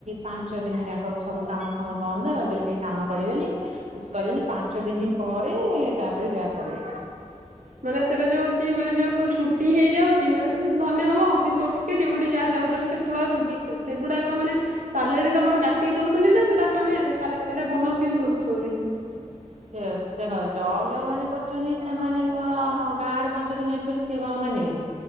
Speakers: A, on the right (about 60°); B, on the right (about 85°).
A: ପାଞ୍ଚ ଦିନ୍ ଯାଙ୍କ ସବୁ କାମ ଫାମ ବନ୍ଦ, ରଜରେ କେହି କାମ କରିବେନି। କିଛି କରିବିନି, ପାଞ୍ଚ ଦିନି ପରେ ତାପରେ ଯାହା କରିବେ।
B: ମାନେ ସେଟା ଯୋଉଚି, ମାନେ ଯୋଉ ଛୁଟି ହେଇଯାଉଛି, ମନେକର ଧରିନିଅ ତମ ଅଫିସ୍ ଫପିସ୍ କି ଡ଼ିଉଟି ଯାହା ଯାଉଛବି, ସେଗୁଡ଼ାକ ଛୁଟି ହେ ସେଗୁଡାକର ମାନେ ସାଲେରୀ ତମର କାଟିି ଦଉଛନ୍ତି ନା ସେଟା ମାନେ ସାଲେରୀ ଟା ବୋନସ୍ କିଛି ଦଉଛନ୍ତି?
A: ସେ ଦେଖ ଜବ ଯୋଉ ମାନେ କରୁଛନ୍ତି, ସେମାନେ କଣ ଆମ ଗାଁ ରେ ପାଞ୍ଚ ଦିନି ଅଛି ବୋଲି ସିଏ କଣ ମାନିବେ କି?